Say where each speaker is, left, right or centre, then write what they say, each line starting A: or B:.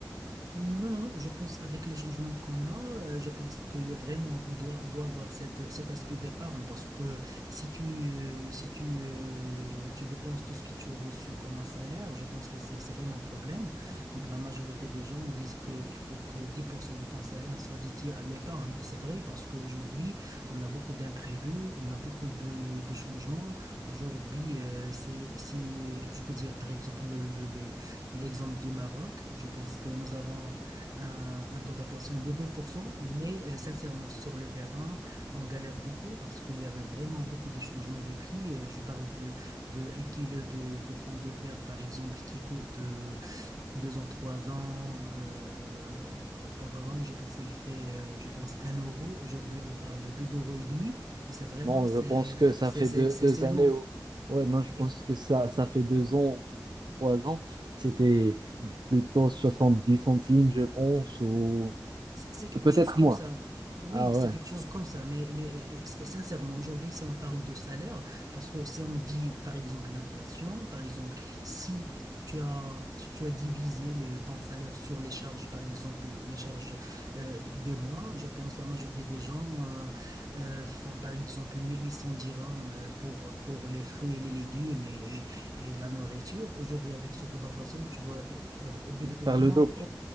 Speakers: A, on the right; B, on the right.
A: Non, non, non, je pense avec les changements qu'on a, euh, je pense qu'il y a vraiment, on doit, on doit avoir cette, cet aspect d'épargne parce que si tu, euh, si tu, euh, tu dépenses tout ce que tu as reçu comme un salaire, je pense que c'est, c'est vraiment un problème. La majorité des gens disent qu'il faut que 10% de ton salaire soit dédié à l'épargne. Et c'est vrai parce qu'aujourd'hui, on a beaucoup d'imprévus, on a beaucoup de, de changements. Aujourd'hui, euh, c'est, si, je peux dire, par exemple, le le le L'exemple du Maroc, je pense que nous avons un, un taux d'inflation de 2%, mais euh, sincèrement, sur le terrain, on galère beaucoup parce qu'il y avait vraiment beaucoup de changements des prix. Euh, Je parle de, de un kilo de, de pommes de terre, par exemple, qui coûte euh, 2 ans, 3 ans. euh, auparavant, je pense qu'il fait, euh, je pense, un euro. Aujourd'hui, on parle de 2 euros et demi. Et c'est vraiment,
B: Non,
A: c'est,
B: je pense que ça
A: c'est,
B: fait
A: c'est,
B: deux,
A: c'est
B: deux
A: c'est
B: années
A: lourd.
B: ou... Ouais, non, je pense
A: Oui.
B: que ça, ça fait deux ans ou trois ans. C'était plutôt 70 centimes, je pense, ou
A: C'est c'est quelque
B: peut-être
A: chose comme
B: moins.
A: ça. Oui,
B: Ah
A: c'est
B: ouais,
A: quelque chose comme ça, mais, mais euh, s- sincèrement, aujourd'hui, si on parle de salaire, parce que si on dit, par exemple, l'inflation, par exemple, si tu as, si tu as divisé le, ton salaire sur les charges, par exemple, les charges euh, de, de mois, je pense la majorité des gens euh, euh, font, par exemple, 1800 dirhams euh, pour, pour les fruits et les légumes et, et- et la nourriture. Aujourd'hui, avec ce taux d'inflation, tu dois euh, euh, obligatoirement
B: faire le double.